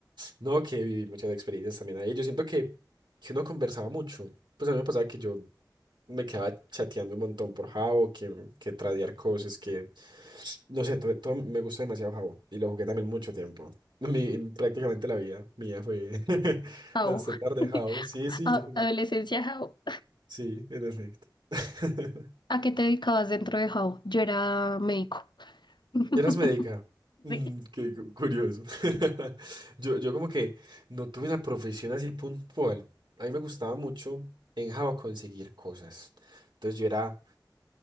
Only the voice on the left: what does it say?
Jao.
<laughs>
A-
Adolescencia Jao.
¿A qué te dedicabas dentro de Jao? Yo era médico. <laughs>
Sí.